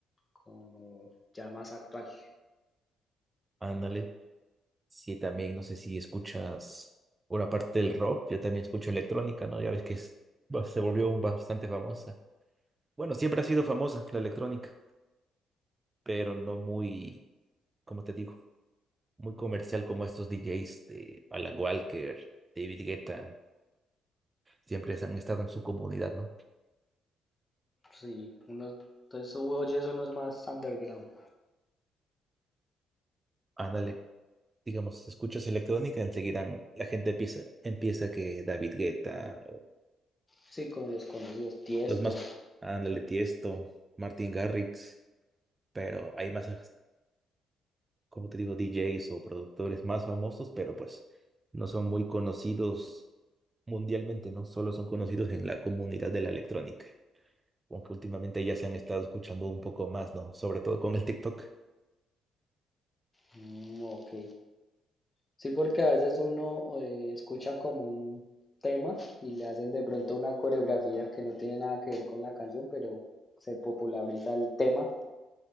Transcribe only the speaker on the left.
como ya más actual.
Sí, unos, entonces oyes unos más underground.
Sí, como los conocidos, Tiesto.
Mm, ok. Sí, porque a veces uno eh, escucha como un tema y le hacen de pronto una coreografía que no tiene nada que ver con la canción, pero se populariza el tema